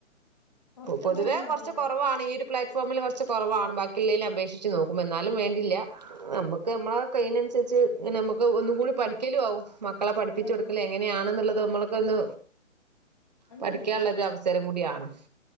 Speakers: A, on the left (about 25°); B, on the right (about 35°).
A: പുറത്ത്
B: പൊതുവേ
A: പോവും വേണ്ടല്ലോ
B: കുറച്ച്
A: നമ്മള്
B: കൊറവാണ് ഈയൊര് പ്ലാറ്റ്ഫോമിൽ കുറച്ച് കുറവാണ് ബാക്കിള്ളേല് അപേക്ഷിച്ച് നോക്കുമ്പം എന്നാലും വേണ്ടില്ല. നമ്മുക്ക് നമ്മളെ കയ്യിനൻസരിച്ച് ഇങ്ങനെ നമുക്ക് ഒന്നും കൂടി
A: ഉം
B: പഠിക്കലും ആവും. മക്കളെ പഠിപ്പിച്ചൊട്
A: ആഹ്
B: എങ്ങനെയാണ് ന്നുള്ളത് നമ്മൾക്കൊന്ന്
A: അത്
B: പഠിക്കാൻള്ള
A: ശരിയാ
B: ഒരു അവസരം കൂടിയാണ്.